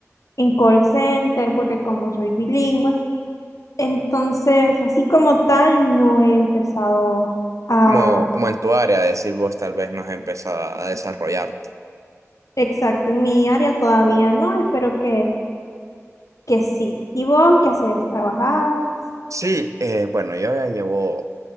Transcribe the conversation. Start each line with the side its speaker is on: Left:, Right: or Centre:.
Left: en call center, porque como soy bilingüe, entonces así como tal no he empezado a
Right: Como, como en tu área, decir vos tal vez no has empezado a desarrollarte.
Left: Exacto, en mi área todavía no, espero que, que sí. ¿Y vos qué haces? ¿Trabajás?
Right: Sí, eh, bueno, yo ya llevo